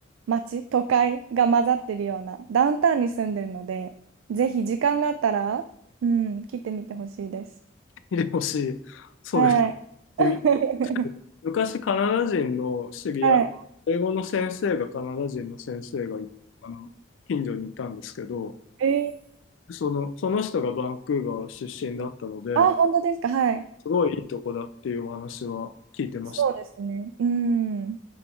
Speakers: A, on the right; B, on the left.
A: 街、都会が混ざってるような、ダウンタウンに住んでるので、ぜひ時間があったら、うん、来てみてほしいです。
B: 見てほしい。そうです。
A: はい。
B: でみ
A: <laughs>
B: 昔、カナダ人の知り合い、
A: は
B: 英語の先生がカナダ人の先生がいあの近所にいたんですけど、
A: い。えー、
B: その、その人がバンクーバー出身だったので、
A: あ、本当ですか。はい。
B: すごいいいとこだっていうお話は聞いてました。
A: そうですね。うん。